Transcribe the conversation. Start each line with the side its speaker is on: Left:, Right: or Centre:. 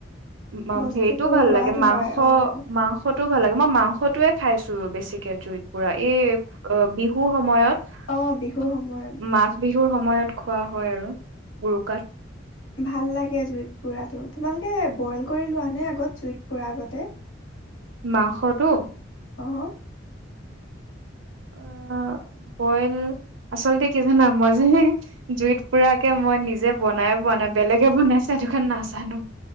Right: মাম-
Left: বস্তুবোৰ
Right: হেৰিটোও ভাল
Left: সোৱাদ
Right: লাগে, মাংস,
Left: হয় অ',
Right: মাংস টো ভাল লাগে। মই মাংসটোৱে খাইছোঁ বেছিকে জুইত পোৰা, এই অ'- বিহু সময়ত
Left: অ', বিহুৰ
Right: মা-
Left: সময়ত।
Right: মাঘ বিহুৰ সময়ত খোৱা হয় আৰু, উৰুকাত।
Left: ভাল লাগে জুইত পোৰাটো। তোমালোকে বইল কৰি লোৱা নে আগত, জুইত পোৰাৰ আগতে?
Right: মাংসটো?
Left: অ'?
Right: অ' বইল- আচলতে কি জানা, মই যে জুইত পোৰাকে মই নিজে বনাই পোৱা নাই, বেলেগে বনাইছে। এইটো কাৰণে নাজানো।